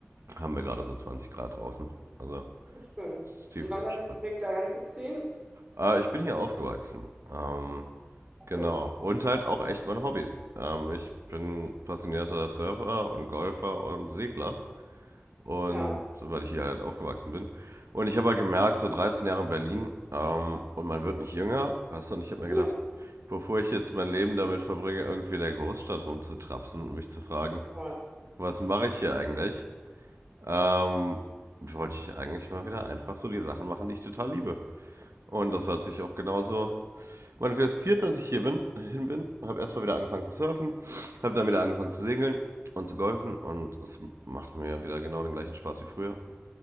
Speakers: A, on the right; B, on the right.
A: haben wir gerade so 20 Grad draußen. Also
B: schön.
A: es ist tiefenentspannt.
B: Und was hat dich bewegt, da hinzuziehen?
A: Äh, ich bin hier aufgewachsen. Ähm,
B: Ach
A: genau.
B: so,
A: Und halt auch echt meine Hobbys. Ähm, ich bin passionierter Surfer und Golfer und Segler. Und
B: ja.
A: so, weil ich hier halt aufgewachsen bin. Und ich habe halt gemerkt, so 13 Jahre in Berlin, ähm, und man wird nicht jünger, weißt du, und ich habe mir
B: <laughs> Hm,
A: gedacht, bevor ich jetzt mein Leben damit verbringe, irgendwie in der Großstadt rumzutrapsen und mich zu fragen,
B: Toll.
A: was mache ich hier eigentlich, ähm, wollte ich eigentlich mal wieder einfach so die Sachen machen, die ich total liebe. Und das hat sich auch genauso manifestiert, dass ich hier bin, hin bin. Habe erstmal wieder angefangen zu surfen, habe dann wieder angefangen zu segeln und zu golfen und es macht mir ja wieder genau den gleichen Spaß wie früher.